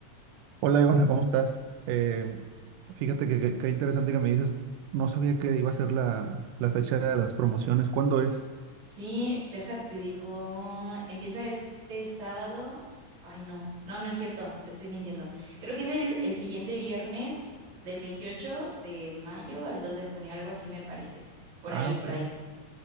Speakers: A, on the right (about 85°); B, on the right (about 65°).
A: Hola Ivana, ¿cómo estás? Eh, fíjate que, que- qué interesante que me dices, no sabía que iba a ser la, la fecha de las promociones, ¿cuándo es?
B: Sí, déjate, digo, empieza este sábado. Ay, no, no, no es cierto, te estoy mintiendo. Creo que es el, el siguiente viernes del 28 de mayo al 2 de junio, algo así me parece. Por
A: Ah,
B: ahí,
A: ok,
B: por ahí.